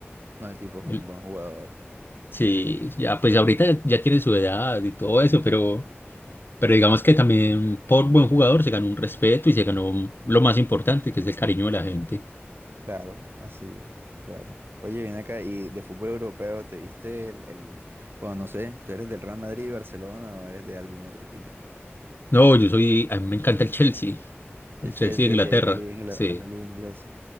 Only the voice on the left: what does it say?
El-
sí, ya pues ahorita ya, ya tiene su edad y todo eso, pero, pero digamos que también por buen jugador se ganó un respeto y se ganó lo más importante, que es el cariño de la gente.
No, yo soy, a mí me encanta el Chelsea,
el Chelsea
de Inglaterra,
sí,